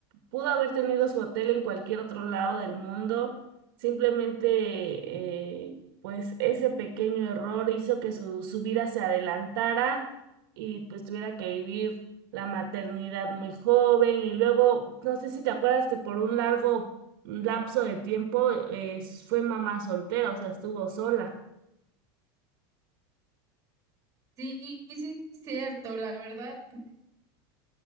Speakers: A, on the right; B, on the right.
A: pudo haber tenido su hotel en cualquier otro lado del mundo. Simplemente, eh, pues ese pequeño error hizo que su, su vida se adelantara y pues tuviera que vivir la maternidad muy joven. Y luego, no sé si te acuerdas que por un largo lapso de tiempo, eh, fue mamá soltera, o sea, estuvo sola.
B: Sí, sí, sí, es cierto, la verdad,